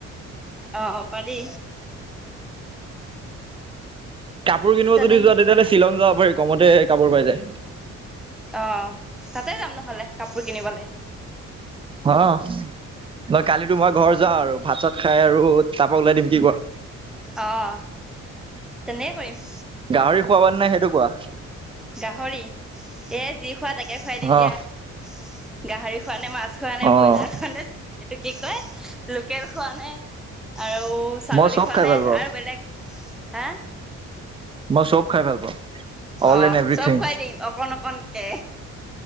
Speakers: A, in the centre; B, on the right (about 20°).
A: অ অ' পাৰি।
B: কাপোৰ কিনিব
A: তেনে
B: যদি যোৱা তেতিয়াহ'লে শ্বিলং যাব পাৰি কমতে কাপোৰ পাই যায়।
A: অ', তাতে যাম নহ'লে কাপোৰ কিনিবলৈ।
B: অ', বা কালি ত' মই ঘৰ যাওঁ আৰু ভাত চাত খাই আৰু তাৰপৰা ওলাই দিম কি কোৱা?
A: অ', তেনে কৰিম।
B: গাহৰি খুৱাবা নে নাই সেইটো কোৱা।
A: গাহৰি, এ যি খোৱা তাকে খুৱাই দিম
B: অ',
A: দিয়া। গাহৰি খোৱা নে মাছ খোৱা নে
B: অ',
A: ব্ৰইলাৰ নে এইটো কি কয় লোকেল খোৱা নে আৰু ছাগলী
B: মই চব
A: খোৱা
B: খাই
A: নে
B: ভাল পাওঁ,
A: আৰু বেলেগ হা?
B: মই চব খাই ভাল পাওঁ। অল
A: অ',
B: এণ্ড এভৰিথিং।
A: চব খুৱাই দিম অকণ অকণ কে